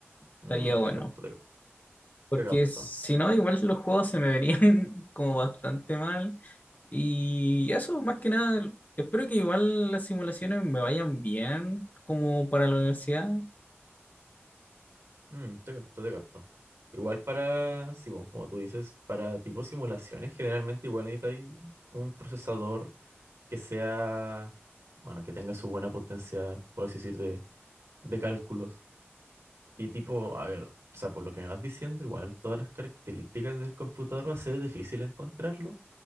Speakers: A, on the left (about 40°); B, on the right (about 80°).
A: Estaría
B: Mm,
A: bueno.
B: te capto, te,
A: Porque
B: te capto.
A: si no, igual los juegos se me verían <laughs> como bastante mal. Y eso, más que nada, espero que igual las simulaciones me vayan bien como para la universidad.
B: Mm, te capto, te capto. Igual para, sí, bueno, como tú dices, para tipo simulaciones, generalmente igual necesitas un procesador que sea, bueno, que tenga su buena potencia, por así decir, de, de cálculos. Y tipo, a ver, o sea, por lo que me vas diciendo, igual todas las características del computador va a ser difícil encontrarlo,